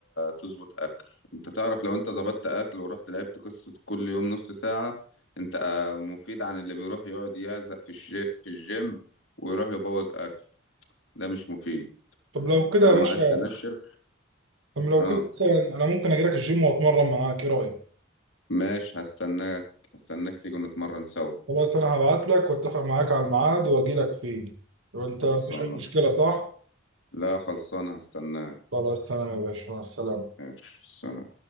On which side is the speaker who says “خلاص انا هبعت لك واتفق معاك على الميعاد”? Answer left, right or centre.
Right